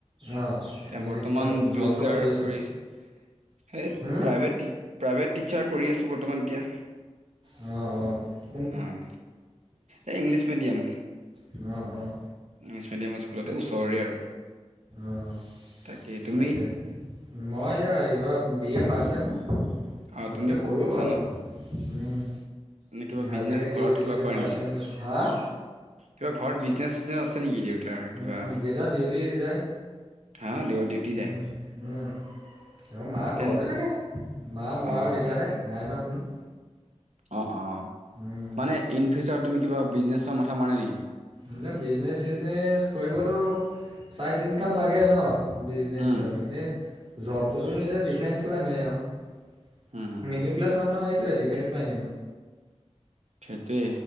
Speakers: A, on the right; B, on the right.
A: অ
B: এতিয়া বৰ্তমান
A: কিবা জব
B: বিৰোজগাৰ
A: চব আছা
B: কৰি আছো। সেই
A: হুম।
B: প্ৰাইভেট টি প্ৰাইভেট টিচাৰ কৰি আছোঁ বৰ্তমান এতিয়া।
A: অ', -অহ।
B: উম। এই ইংলিছ মিডিয়াম।
A: অঁ অঁ
B: ইংলিছ মিডিয়াম স্কুলতে ওচৰৰে আৰু।
A: অ'
B: তাকেই তুমি
A: তাকে। মই এইবাৰ বি এ ফাৰ্ষ্ট ছেমহে মোতকৈ
B: অ', তুমি
A: সৰু
B: আছা
A: বাৰু।
B: ন
A: উমঁ।
B: নে কিবা
A: হায়
B: বিজনেছ
A: ছেকেডেৰী
B: ঘৰত
A: দি উঠিছো,
B: কিবা
A: এতিয়া
B: কৰে
A: ফাৰ্ষ্ট
B: নেকি?
A: হা-
B: কিবা ঘৰত বিজনেছ চিজনেছ আছে নেকি দেউতাৰ
A: উম
B: কিবা?
A: দেউতা ডিউটি যায়
B: হাঁ দেউতা ডিউটি
A: উম
B: যায়।
A: উম। মা
B: তেন
A: ঘৰতে থাকে। মা, মই
B: অ',
A: আৰু দেউতাহে নাই ন কোনো।
B: অঁ', -অঁ', -
A: উম
B: মানে ইন ফিউচাৰ তুমি কিবা বিজনেছৰ মাথা মাৰা নাই নেকি?
A: এতিয়া বিজনেছ চিজনেছ কৰিবতো ছাইড ইনকাম লাগে ন। বিজনেচ
B: উম,
A: হিচাপে, এনেই জবটোতো নিজা ডিফেন্স লাইনে আৰু।
B: উম, উম,
A: মিডিল ক্লাছ মানুহেটো সেইটোৱে ডিফেন্স লাগে।
B: সেইটোৱে।